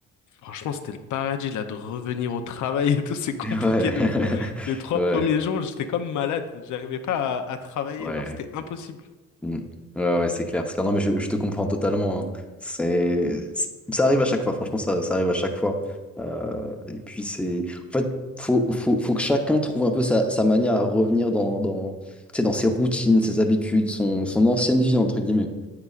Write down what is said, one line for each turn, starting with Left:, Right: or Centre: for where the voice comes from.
Left: franchement, c'était le paradis, là, de revenir au travail et tout, <laughs> c'est compliqué
Centre: Ouais,
Left: de fou.
Centre: <laughs>
Left: Les trois
Centre: ouais,
Left: premiers jours, j'étais comme malade. J'arrivais pas à, à travailler,
Centre: ouais.
Left: genre, c'était impossible.
Centre: Mm. Ouais, ouais, c'est clair. C'est clair. Non, mais je, je te comprends totalement. hein. C'est, c'est- ça arrive à chaque fois. Franchement, ça, ça arrive à chaque fois. Euh, et puis c'est, en fait, faut, faut, faut que chacun trouve un peu sa, sa manière à revenir dans, dans, tu sais, dans ses routines, ses habitudes, son, son ancienne vie entre guillemets.